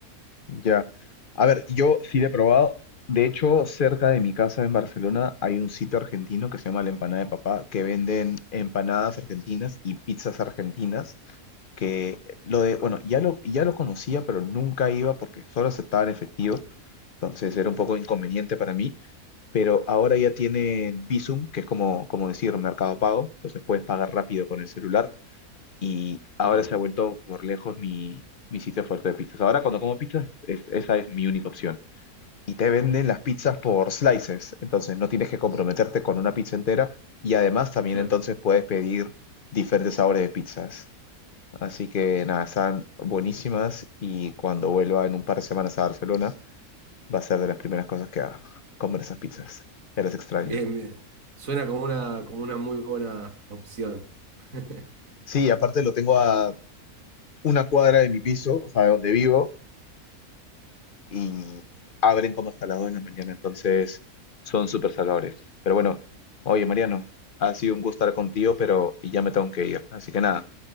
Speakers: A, on the left (about 50°); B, on the right (about 60°).
A: Ya. A ver, yo sí le he probado. De hecho, cerca de mi casa en Barcelona hay un sitio argentino que se llama La Empanada de Papá, que venden empanadas argentinas y pizzas argentinas, que lo de, bueno, ya lo, ya lo conocía, pero nunca iba porque solo aceptaban efectivo, entonces era un poco inconveniente para mí, pero ahora ya tienen Bizum, que es como, como decir Mercado Pago, entonces puedes pagar rápido con el celular y ahora
B: Mm,
A: se ha vuelto por lejos mi, mi sitio fuerte de pizzas. Ahora cuando como pizzas, es- esa es mi única opción. Y te venden las pizzas por slices, entonces no tienes que comprometerte con una pizza entera y además también
B: claro.
A: entonces puedes pedir diferentes sabores de pizzas. Así que nada, están buenísimas y cuando vuelva en un par de semanas a Barcelona, va a ser de las primeras cosas que haga, comer esas pizzas. Ya las extraño.
B: Bien, bien. Suena como una, como una muy buena opción. <laughs>
A: Sí, aparte lo tengo a una cuadra de mi piso, o sea, de donde vivo, y abren como salado en la mañana, entonces son súper salvadores. Pero bueno, oye Mariano, ha sido un gusto estar contigo, pero ya me tengo que ir. Así que nada,